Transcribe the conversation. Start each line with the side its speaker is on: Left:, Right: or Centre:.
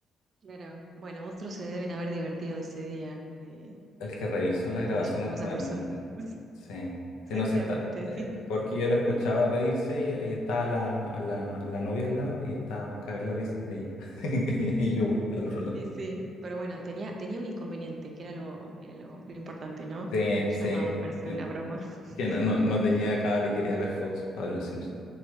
Right: Claro, bueno, otros se deben haber divertido ese día, de,
Left: El que revisó
Right: de ese
Left: las
Right: día
Left: grabaciones
Right: que te llamó
Left: probablemente.
Right: esa persona. <laughs>
Left: Sí,
Right: Sí,
Left: sí, no,
Right: seguramente.
Left: sí está. Eh, porque yo lo escuchaba reírse y, y estaba la, la, la novia al lado y estaba cagada la risa, ella. <laughs> Y yo igual, al otro lado.
Right: Sí, sí, pero bueno, tenía, tenía un inconveniente, que era lo, que era lo, lo importante, ¿no?
Left: Sí,
Right: No llamaba
Left: sí.
Right: para hacer
Left: Que,
Right: una broma.
Left: que
Right: <laughs>
Left: no, no, no tenía cable y quería ver Fox, Pablo Simpson.